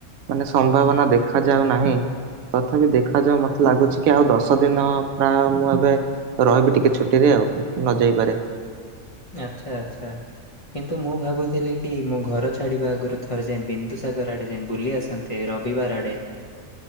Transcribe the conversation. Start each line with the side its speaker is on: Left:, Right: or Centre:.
Right: ମାନେ ସମ୍ଭାବନା ଦେଖା ଯାଉ ନାହିଁ। ତଥାପି ଦେଖାଯାଉ ମତେ ଲାଗୁଛି କି, ଆଉ ଦଶ ଦିନ ପ୍ରାୟ ମୁଁ ଏବେ ରହିବି ଟିକେ ଛୁଟିରେ, ଆଉ ନ ଯାଇପାରେ।
Left: ଆଚ୍ଛା ଆଚ୍ଛା। କିନ୍ତୁ ମୁଁ ଭାବୁଥିଲି କି, ମୁଁ ଘର ଛାଡିବା ଆଗରୁ ଥରେ ଯାଇ ବିନ୍ଦୁସାଗର ଆଡେ ଯାଇ ବୁଲି ଆସନ୍ତେ। ରବିବାର ଆଡେ।